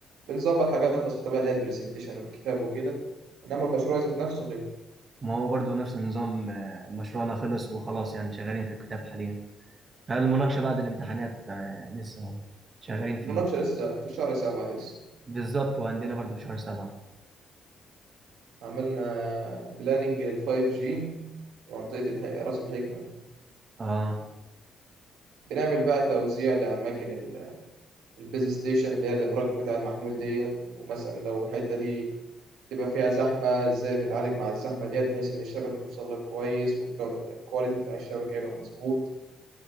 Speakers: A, on the right; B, on the right.
A: بنظبط حاجات بسيطه بقى اللي هي البرزنتيشن والكتاب وكده انما المشروع ذات نفسه غير
B: ما هو برضو نفس النظام آه، مشروعنا خلص وخلاص يعني شغالين في الكتاب حاليا فالمناقشة بعد الامتحانات فلسه اهو شغالين فيه
A: المناقشه لسه في شهر سبعة لسه
B: بالظبط وعندنا برضو في شهر سبعة
A: عملنا بلاننج للفايف جي منطقة الح- رأس الحكمة
B: اه
A: بنعمل بقى توزيع لأماكن البيز ستيشن اللي هي الإبراج بتاع المحمول ديت ومثلا لو الحتة دي تبقى فيها زحمة إزاي نتعالج مع الزحمة ديت بحيث إن الشبكة توصل لك كويس والجودة بتاع الكواليتي بتاع الشبكة يبقى مظبوط